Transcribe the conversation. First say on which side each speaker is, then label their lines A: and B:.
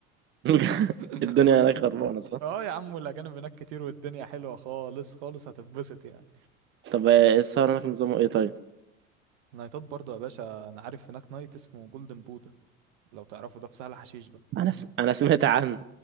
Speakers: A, on the right; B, on the right.
A: <laughs>
B: <laughs>
A: الدنيا
B: وال...
A: هناك خربانه صح
B: اه يا عم والاجانب هناك كتير والدنيا حلوه خالص خالص هتتبسط يعني
A: طب آه، السهر هناك نظامه ايه طيب
B: نايتات برضو يا باشا انا عارف هناك نايت اسمه جولدن بودا لو تعرفوا ده في سهل حشيش بقى
A: انا س... انا سمعت عنه